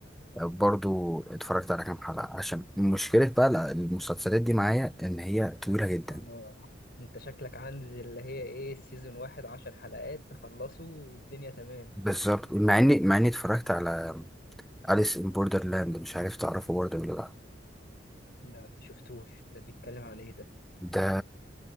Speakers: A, in the centre; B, on the left.
A: برضو اتفرجت على كام حلقة عشان مشكلة بقى لا، المسلسلات دي معايا ان هي طويلة جدا
B: آه. انت شكلك عندي اللي هي ايه سيزون واحد عشر حلقات تخلصه والدنيا تمام
A: بالظبط مع اني مع اني اتفرجت على أليس ان بوردرلاند مش عارف تعرفه برضه ولا لا
B: لا ما شفتوش ده بيتكلم عن ايه ده
A: ده